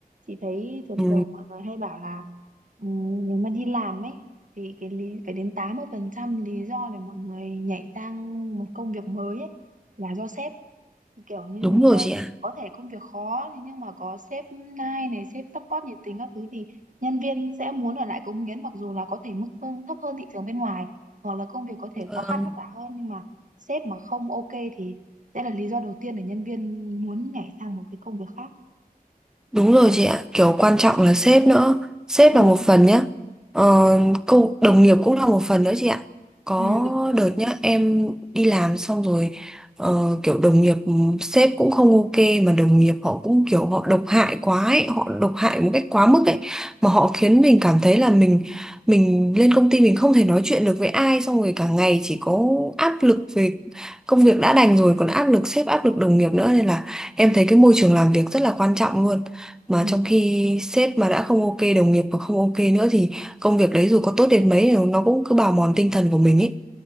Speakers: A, on the right (about 55°); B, in the centre.
A: Chị thấy thường
B: ừ,
A: thường mọi người hay bảo là ừm, nếu mà đi làm ấy thì cái lý phải đến 80% lý do để mọi người nhảy sang một công việc mới ấy là do sếp kiểu như
B: đúng rồi
A: ờ,
B: chị ạ
A: có thể công việc khó thế nhưng mà có sếp nai này sếp support nhiệt tình các thứ thì nhân viên sẽ muốn ở lại cống hiến mặc dù là có thể mức lương thấp hơn thị trường bên ngoài hoặc là công việc có thể
B: Vâng.
A: khó khăn vất vả hơn nhưng mà sếp mà không ok thì sẽ là lý do đầu tiên để nhân viên muốn nhảy sang một cái công việc khác
B: Đúng rồi chị ạ, kiểu quan trọng là sếp nữa. Sếp
A: Ừ.
B: là một phần nhá. Ờ, cô đồng nghiệp cũng là một phần nữa chị ạ. Có
A: ừ, đúng rồi
B: đợt nhá, em đi làm xong rồi ờ, kiểu đồng nghiệp sếp cũng không ok mà đồng nghiệp họ cũng kiểu họ độc hại quá ấy, họ độc hại một cách quá mức ấy mà họ khiến mình cảm thấy là mình mình lên công ty mình không thể nói chuyện được với ai xong rồi cả ngày chỉ có áp lực về công việc đã đành rồi còn áp lực sếp áp lực đồng nghiệp nữa nên là em thấy cái môi trường làm việc rất là quan trọng luôn mà
A: Ừ,
B: trong khi sếp mà đã không ok đồng nghiệp mà không ok nữa thì công việc đấy dù có tốt đến mấy thì nó cũng cứ bào mòn tinh thần của mình ấy